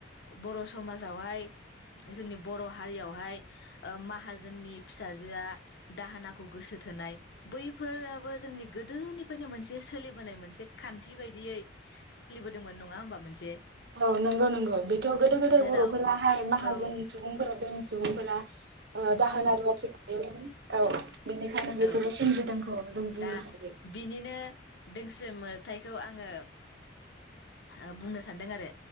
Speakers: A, on the left; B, on the right.
A: बर' समाजावहाय जोंनि बर' हारियावहाय ओ माहाजोननि फिसाजोआ दाहोनाखौ गोसो थोनाय बैफोराबो जोंनि गोदोनिफ्रायनो मोनसे सोलिबोनाय मोनसे खान्थि बायदियै सोलिबोदोंमोन नङा होमबा मोनसे?
B: औ नोंगौ नोंगौ बेथ' गोदो गोदाय
A: जेराव
B: बर'फोराहाय माहाजोननि
A: औ
B: सुबुंफोरा दोहोनि सुबुंफोरा ओ दाहोना रुवाथि लायोमोन औ बेनिखायनो बेखौ
A: औ
B: सोमजिदोंखौ जों बुंनो
A: दा
B: हायो।
A: बिनिनो दोंसे मोथाइखौ <inaudible> ओ बुंनो सानदों आरो।